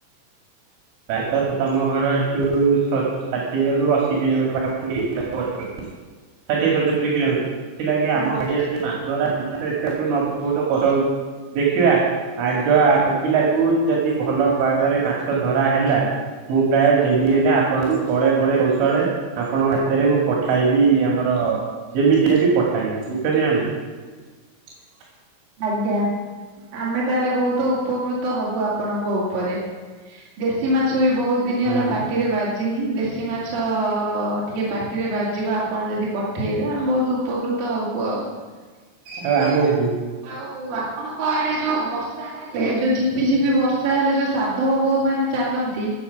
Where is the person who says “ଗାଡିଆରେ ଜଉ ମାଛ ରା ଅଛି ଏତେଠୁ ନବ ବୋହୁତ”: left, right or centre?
Right